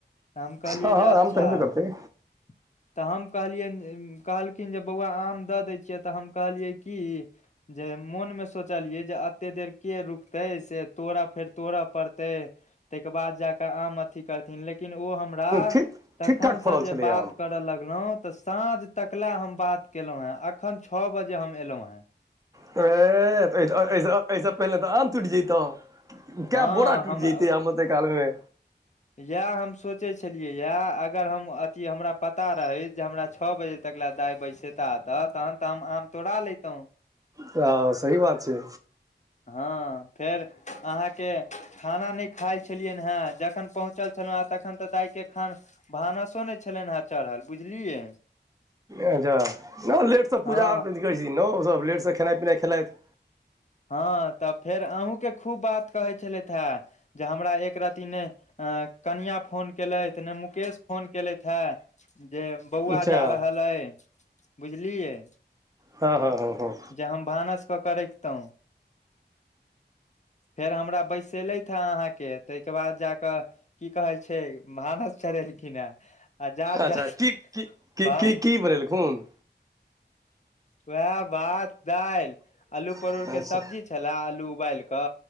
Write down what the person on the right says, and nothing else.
हँ
हँ
आम तऽ हेबे करतै
ठीक
ठीक ठाक फड़ल
छलैए
आम
त ऐह, त ऐ स, ऐ स, ऐस पहिले त आम टुटि जैतह। कै
बोरा
टुटि जैतै आम एते कालमे।
त सही बात छै।
ऐह जा, नै ओ लेट सं
पूजा आओर अथी करै छथिन ने ओ सब। लेट सं खेनाइ पिनाइ खेलैथ।
अच्छा
हं-हं-हं-हं
अच्छा
की की
की
की की बनेलखुन?
अच्छा